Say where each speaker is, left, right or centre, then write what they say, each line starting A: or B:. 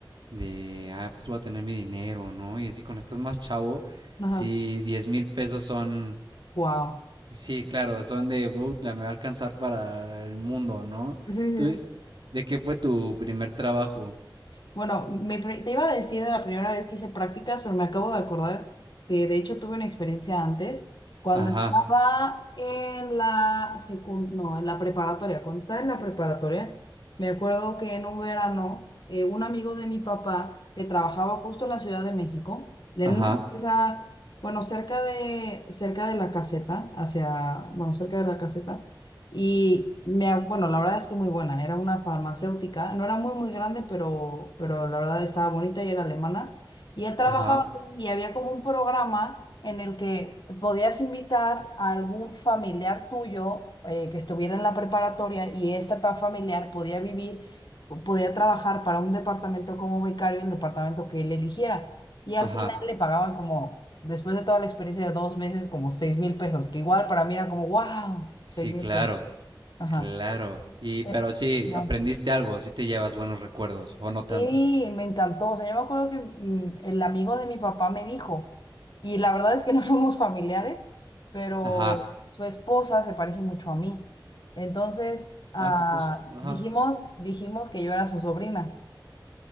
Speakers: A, on the right; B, on the left.
A: de, ah, pues voy a tener mi dinero, ¿no? Y así cuando estás más chavo,
B: ajá,
A: así diez mil pesos son,
B: wow.
A: sí, claro, son de, puta, me va a alcanzar para el mundo, ¿no?
B: Sí, sí,
A: ¿Tú,
B: sí.
A: de qué fue tu primer trabajo?
B: Bueno, mi pri- te iba a decir de la primera vez que hice prácticas, pero me acabo de acordar que de hecho tuve una experiencia antes, cuando
A: Ajá,
B: estaba en la secund no, en la preparatoria, cuando estaba en la preparatoria, me acuerdo que en un verano, eh, un amigo de mi papá que trabajaba justo en la Ciudad de México, en
A: ajá,
B: una empresa, bueno, cerca de, cerca de la caseta, hacia, bueno, cerca de la caseta, y me, ha- bueno, la verdad es que muy buena. Era una farmacéutica, no era muy, muy grande, pero, pero la verdad estaba bonita y era alemana. Y él trabajaba
A: ajá,
B: ahí y había como un programa en el que podías invitar a algún familiar tuyo eh, que estuviera en la preparatoria y este pa- familiar podía vivir, po- podía trabajar para un departamento como vicario en el departamento que él eligiera. Y al
A: ajá,
B: final le pagaban como, después de toda la experiencia de dos meses, como seis mil pesos, que igual para mí era como, wow,
A: sí,
B: seis mil
A: claro.
B: pesos. Ajá.
A: Claro. Y, pero
B: Eh,
A: sí,
B: ajá.
A: aprendiste algo, sí te llevas buenos recuerdos, o no tanto.
B: Y me encantó. O sea, yo me acuerdo que mm, el amigo de mi papá me dijo, y la verdad es que no <laughs> somos familiares, pero
A: Ajá.
B: su esposa se parece mucho a mí. Entonces, ah,
A: Ah, qué cosa. Ajá.
B: dijimos, dijimos que yo era su sobrina.